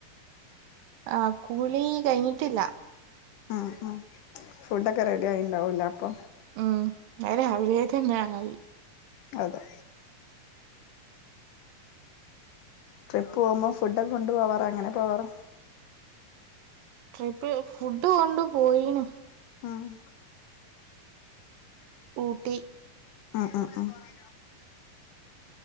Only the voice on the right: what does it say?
ആഹ് കുളീ കഴിഞ്ഞിട്ടില്ല
ഉം അത് രാവിലേ തന്നായി
ട്രിപ്പ് ഫുഡ് കൊണ്ട് പോയീനു
ഊട്ടി